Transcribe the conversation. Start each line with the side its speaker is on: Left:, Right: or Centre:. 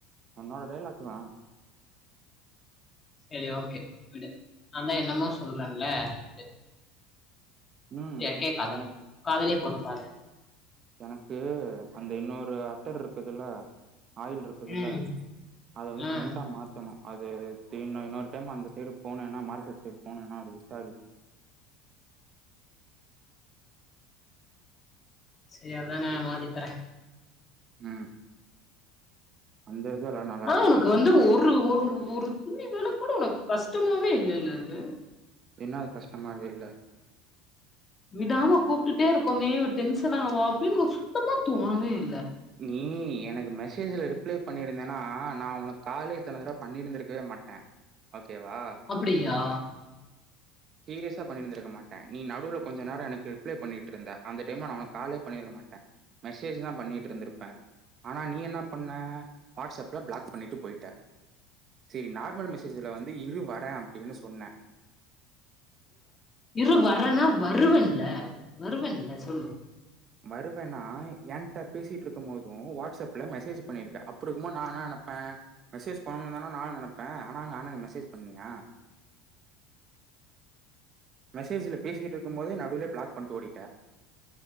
Right: உன்னோட டைய்லாக்குத்தான்
Left: சரி ஓகே விடு நான் தான் என்னமோ சொல்றேன்ல விடு
Right: ம்
Left: சரியா கேக்காத
Right: எனக்
Left: காதலே உண்மதானே
Right: எனக்கு அந்த இன்னொரு அத்தர் இருக்குதுல ஆயில் இருக்குதுல
Left: ம்
Right: அதை வந்து
Left: ம்
Right: சென்ட்டா மாத்தணும் அது இன்னும் இன்னொரு டைம் அந்த சைடு போனேன்னா மார்க்கெட் சைடு போனேன்னா அது விசாரி
Left: சரி அதானே மாத்தித்தறேன்
Right: ஹம் அந்த
Left: ஆஹ்
Right: இருக்குதுன்றாங்க
Left: உனக்கு வந்து ஒரு ஒரு ஒரு துளி வேலை கூட உனக்கு கஷ்டமமே இல்ல இல்லது
Right: என்ன அது கஷ்டமாவே இல்ல
Left: விடாம கூப்பிட்டுட்டே இருக்கோமே இவ டென்ஷன் ஆவா அப்டின்னு உனக்கு சுத்தமா தோனவேயில்ல
Right: நீ எனக்கு மெசேஜ்ல ரிப்ளை பண்ணியிருந்தேனா நான் உனக்கு காலே இத்தன்னத்தடவ பண்ணிருந்திருக்கவே மாட்டேன் ஓகேவா?
Left: அப்படிய்யா
Right: சீரியஸா பண்ணிருந்திருக்க மாட்டேன் நீ நடுவுல கொஞ்ச நேரம் எனக்கு ரிப்ளை பண்ணிட்டு இருந்த அந்த டைம்ல நான் உனக்கு காலே பண்ணிருக்க மாட்டேன் மெசேஜ் தான் பண்ணிட்டு இருந்திருப்பேன் ஆனா நீ என்ன பண்ண வாட்ஸ்அப்ல பிளாக் பண்ணிட்டு போயிட்ட சரி நார்மல் மெசேஜ்ல வந்து இரு வரேன் அப்படின்னு சொன்னே
Left: இரு வரேன்னா வருவேன்ல வருவேன்ல சொல்லு
Right: வருவேன்னா எனக்கிட்ட பேசிட்டு இருக்கும் போதும் வாட்ஸ்அப்ல மெசேஜ் பண்ணியிருக்கேன் அப்படி இருக்கும்மோ நான் என்ன நினைப்பேன் மெசேஜ் பண்ணணும்னுந்தானா நான நினைப்பேன் ஆனா நானா மெசேஜ் பண்ணியன் மெசேஜ்ல பேசிட்டு இருக்கும் போதே நடுவுலே பிளாக் பண்ணிட்டு ஓடிட்ட